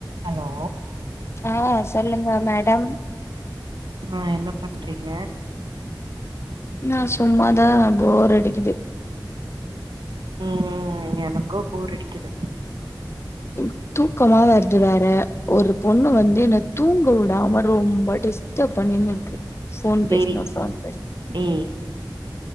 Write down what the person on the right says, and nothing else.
Hello
ஆ என்ன பண்றீங்க
உம் ம் எனக்கு போரடிக்குது
சேரி
ஏய்